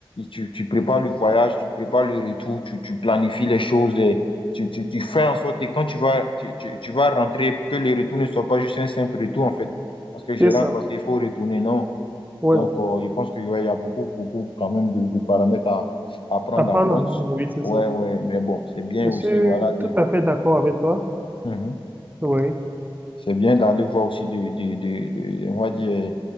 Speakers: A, on the left; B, on the right.
A: tu, tu prépares le voyage, tu prépares le retour, tu, tu planifies les choses, et tu, tu, tu fais en sorte que quand tu vas, tu, tu, tu vas rentrer, que le retour ne soit pas juste un simple retour, en fait. Parce que je
B: C'est
A: rentre,
B: ça.
A: parce qu'il faut retourner, non.
B: Ouais.
A: Donc, euh, je pense qu'il y a beaucoup, beaucoup quand même de, de paramètres à, à prendre
B: Apprendre
A: en compte.
B: l'anglais, oui, c'est
A: Ouais,
B: ça.
A: ouais, mais bon, c'est bien
B: Je
A: aussi,
B: suis
A: voilà, de
B: tout à fait d'accord avec toi.
A: Mhm.
B: Oui,
A: C'est bien d'aller voir aussi de, de, de, de- de- on va dire,